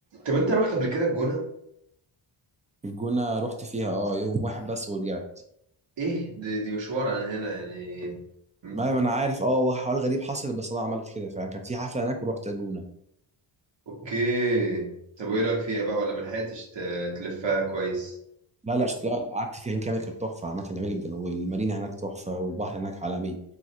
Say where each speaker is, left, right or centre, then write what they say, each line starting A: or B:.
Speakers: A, on the right; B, on the right.
A: طب أنت رحت قبل كده الجونة؟
B: الجونة رحت فيها اه يوم واحد بس ورجعت
A: إيه دي, دي مشوار عن هنا يعني مم.
B: ما ما انا عارف اه هو حوار غريب حصل بس انا عملت كده فعلا كان في حفلة هناك ورحت الجونة
A: أوكي طب وإيه رأيك فيها بقى ولا ملحقتش ت- تلفها كويس؟
B: لا لا لا، قعدت فيها يوم كامل كانت تحفه عامه جميله جدا والمارينا هناك تحفه والبحر هناك عالمي